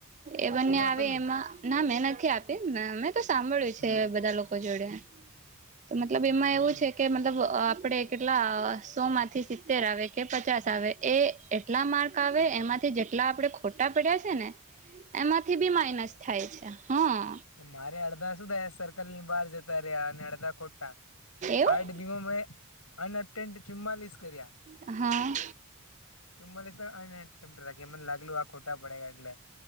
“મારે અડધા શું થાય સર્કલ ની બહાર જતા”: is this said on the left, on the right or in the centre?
Left